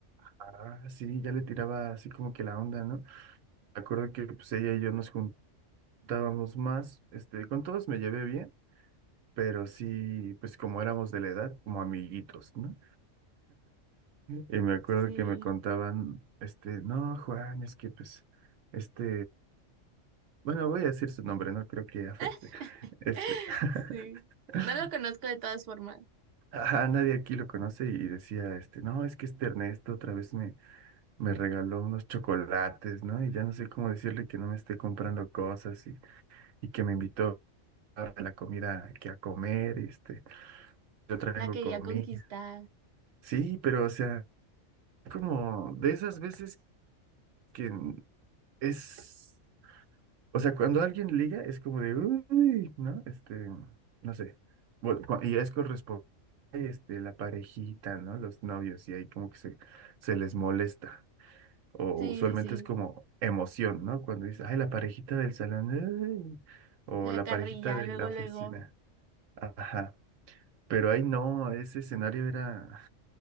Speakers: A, on the right (about 80°); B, on the right (about 55°).
A: ah, sí, ya le tiraba así como que la onda, ¿no? Me acuerdo que pues ella y yo nos juntábamos más, este, con todos me llevé bien, pero sí, pues como éramos de la edad, como amiguitos, ¿no? Y me acuerdo
B: Sí.
A: que me contaban, este, no, Juan, es que pues, este, bueno, voy a decir su nombre, no creo que afecte.
B: <laughs>
A: Este,
B: Sí.
A: <laughs>
B: No lo conozco de todas formas.
A: ajá, nadie aquí lo conoce y decía, este, no, es que este Ernesto otra vez me, me regaló unos chocolates, ¿no? Y ya no sé cómo decirle que no me esté comprando cosas y, y que me invitó a la comida aquí a comer, y, este, yo traigo
B: La quería
A: comida.
B: conquistar.
A: Sí, pero o sea, como de esas veces que es. O sea, cuando alguien liga es como de, uy, ¿no? Este, no sé. Bueno, cua- y es corresponde, este, la parejita, ¿no? Los novios, y ahí como que se, se les molesta. O
B: Sí,
A: usualmente
B: sí, sí.
A: es como emoción, ¿no? Cuando dice, ay, la parejita del salón, ay", o
B: La
A: la
B: carrilla,
A: parejita de
B: luego,
A: la oficina.
B: luego.
A: Ajá. Pero ahí no, ese escenario era,